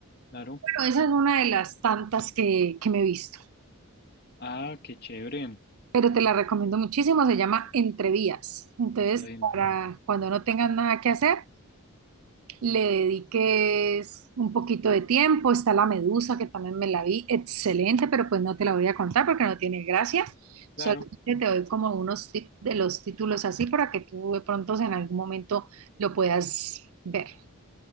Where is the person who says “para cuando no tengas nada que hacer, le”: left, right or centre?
Right